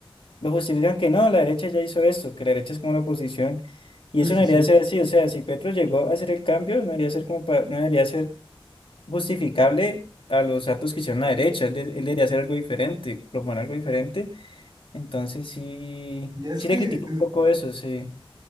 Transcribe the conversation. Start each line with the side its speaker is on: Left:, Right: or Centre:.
Left: lo justifican que no, la derecha ya hizo esto, que la derecha es como la oposición, y
Right: sí,
Left: eso
Right: sí,
Left: no debería
Right: sí.
Left: ser así, o sea, si Petro llegó a hacer el cambio, no debería ser como pa- no debería ser justificable a los actos que hicieron la derecha, él, de- él debería hacer algo diferente, proponer algo diferente, entonces sí,
Right: Y es
Left: sí
Right: que
Left: le
Right: eh,
Left: critico un poco eso, sí,